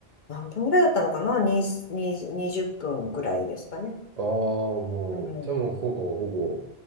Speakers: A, on the left; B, on the right.
A: 何分ぐらいだったのかなにに20分ぐらいですかね。
B: ああ、もう、
A: うん。
B: じゃあもうほぼほぼ